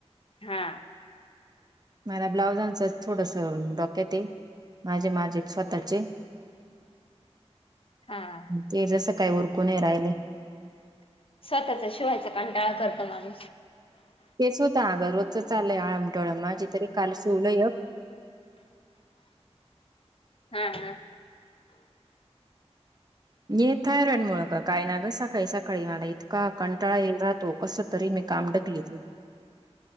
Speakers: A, on the left; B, on the right.
A: हा
B: मला ब्लाउजांच थोडस डोक्यात हाय. माझे, माझे स्वतःचे.
A: हा..
B: ते जसं काय? उरकूने राहिले.
A: स्वतःचा शिवायचा कंटाळा करत माणूस.
B: तेच अगं रोजच चालयं आळमटळम माझी तरी काल शिवलंय?
A: हा. हा..
B: ये थायरॉइड मुळ का? काय? ना ग सकाळी सकाळी मला इतका कंटाळा येईल राहतो कसं? तरी मी काम ढकलीते.